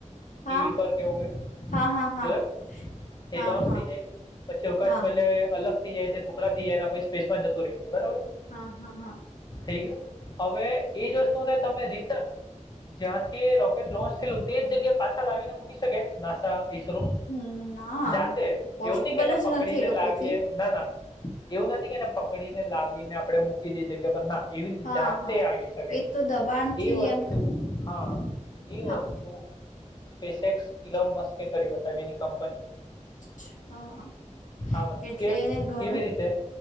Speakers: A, on the left; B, on the left.
A: ટીવી
B: હા
A: પર કેવું કઈ
B: હા હા હા
A: જોયો એ
B: હા
A: લોન્ચ
B: હા
A: થઈ જાય પછી અકાશમલે
B: હા
A: અલગ થી જાય છે. ટુકડા થી એના આહી સ્પેસમાં જતું રેય છે બરાબર
B: હા હા હા
A: થઈ ગયું અવે એ જ વસ્તુને તમે રિટર્ન જ્યાંથી રોકેટ લોન્ચ થેલું તે જગ્યાએ પાછા લાવીને મૂકી શકે નાસા ઈ સરો
B: હમ ના
A: જાતે
B: પોસિબલ
A: એવું ની કે એને
B: જ
A: પકડીને
B: નથી એ લોકોથી
A: લાવીએ ના ના એવું નથી કે એને પકડીને લાવીને આપડે મૂકી દઈએ જગ્યા પણ ના એવી રીતે
B: હા
A: જાતે
B: હા
A: આવી શકે
B: એ તો દબાણથી
A: એ વસ્તુ
B: એમ
A: હા એ
B: હા
A: વસ્તુ સ્પેસેક્સ ઇલોન મસ્કે કરી બતાવી એની કંપનીએ
B: અચ્છા
A: આ વસ્તુ
B: એટલે
A: કેમ
B: ધ
A: કેવી રીતે